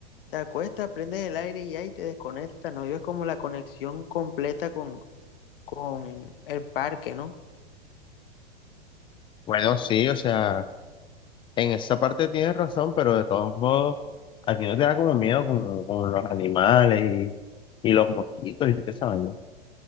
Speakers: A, on the left; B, on the left.
A: te acuestas, prendes el aire y ya, y te desconectas. No vives como la conexión completa con, con el parque, ¿no?
B: Bueno, sí, o sea. En esa parte tienes razón, pero de todos modos, a ti no te da como miedo con, con los animales y, y los mosquitos y qué sabemos.